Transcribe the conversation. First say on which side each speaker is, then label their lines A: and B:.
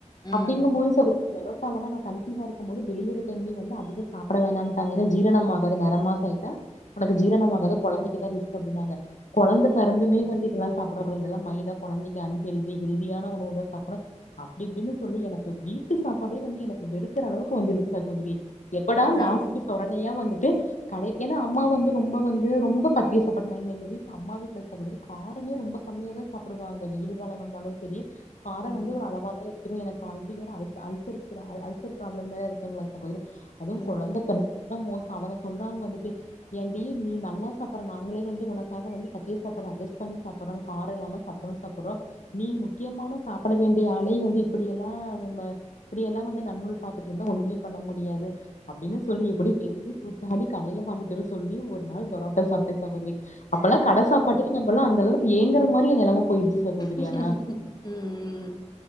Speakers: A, on the left (about 35°); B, on the left (about 85°).
A: ம் ம்
B: அப்படிங்கும் போது பரோட்டாவல்லா நான் கன்சீவா இருக்கும்போது டெலிவரி டைம்லய வந்து அதிகத சாப்பிட வேணாம்ட்டாங்க ஏன்னா ஜீரணம்மாக ஆகது நர மாசம் ஆட்டா உனக்கு
A: ம்
B: ஜீரணமாகத கொழந்த <unintelligible> கொழந்த பெறந்துமே வந்து இதுல சாப்பிடக்க கூடியதுெல்ல மைதான் குழந்தைக்கு அன்ஹெல்தி ஹெல்தியான உணவு தான் சாப்பிட அப்டி அப்டின்னு சொல்லி என வீட்டு சாப்பாடே வந்து எனக்கு வெறு அளவுக்கு வந்துருச்ச சகோதரி எப்படா நாக்குக்கு
A: அ
B: சொரணையா வந்து கடை ஏன்னா அம்மா வந்து ரொம்ப வந்து ரொம்ப பத்தியசப்ப வீட்டு அம்மா வீட்ட வந்து கா ரொம்ப கம்மிய தான் சாப்டுவாங்க வெயில் கால வந்தாலும் செரி காரம்
A: ம்
B: வந்து ஒரு அளவா தான் எனக்கு ஆல்ரெடி வேற அ அல்சர் அல்சர் ப்ராப்ளம் மே இருக்கு அதுவும்
A: ம் ம்
B: கொழந்திற மோசம் அவுங்க சொல்றாங்க வந்துட்டு ஏன்ண்டடி நீ நல்லா சாப்பிடடுற நாங்களே வந்து உனக்காக வந்து பத்திய சாப்பாடு அட் பண்ணி சாப்பிடுறோ காரம் இல்லாம சாப் சாப்புறோ நீ முக்கியமான சாப்பிட வேண்டிய ஆள வந்து இப்படியெல்லாம்ம இப்படியெல்லாம் வந்து நன்னூள் பார்த்துட்டு இருந்தா ஒண்ணுமே பண்ண முடியாது அப்டின்னு
A: அ
B: சொல்லி எப்படி தெஞ்சு கூத்தாடி கடையில வாங்கிட்டு சொல்லி ஒரு நாள் பரோட்டா சாப்ட்ட சாகோதரி அப்பல்லா கட சாப்பாட்டுக்கு நம்ம ல்லாம் அந்தளவுக்கு ஏங்குற மாரி நெலம போயிருச்சு சகோதரி
A: ம்ம்
B: ஆனா
A: ம்